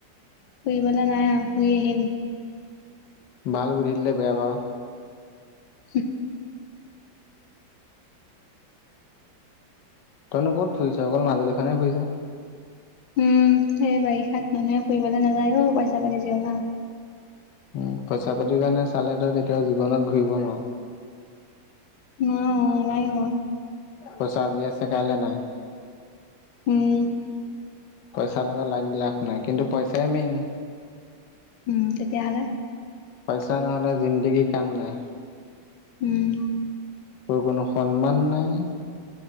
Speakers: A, on the left; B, on the left.
A: ফুৰিবলৈ নাই আও ফুৰি আহিম।
B: ভাল বুদ্ধি দিলে বেয়া পাও।
A: উ
B: তইনো কত ফুৰিছ অকল মাজুলীখন হে ফুৰিছ
A: উম এই বাৰিষাত মানুহে ফুৰিবলৈ নাযায় অ পইচা পাতিৰ যি অভাৱ
B: উ পইচা পাতিৰ কাৰণে চালে তই কেতিয়াও জীৱনত ঘূৰিব নোৱাৰ
A: উ হু নাযাইও
B: পইছা আজি আছে কাইলে নাই
A: উম
B: পইছাৰ লগত লাগি লাভ নাই কিন্তু পইছাএ মেইন
A: উম তেতিয়াহ'লে
B: পইছা নহলে জিন্দেগীত কাম নাই
A: উম
B: তোৰ কোনো সন্মান নাই